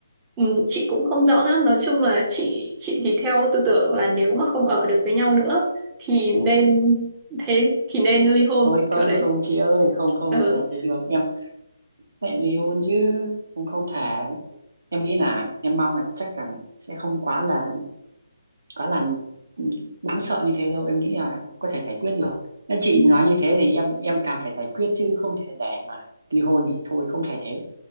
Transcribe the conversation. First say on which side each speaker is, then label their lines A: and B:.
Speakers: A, on the right; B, on the right.
A: Ừ, chị cũng không rõ nữa nói chung là chị chị thì theo tư tưởng là nếu mà không ở được với nhau nữa thì nên thế thì nên ly hôn
B: thôi không
A: kiểu đấy
B: không chị ơi không không
A: ừ.
B: thể thế được em sẽ ly hôn chứ không không thể em nghĩ là em mong là chắc là sẽ không quá là quá là đáng sợ như thế đâu em nghĩ là có thể giải quyết được nếu chị
A: Ừ.
B: nói như thế thì em em càng phải giải quyết chứ không thể để mà ly hôn thì thôi không thể thế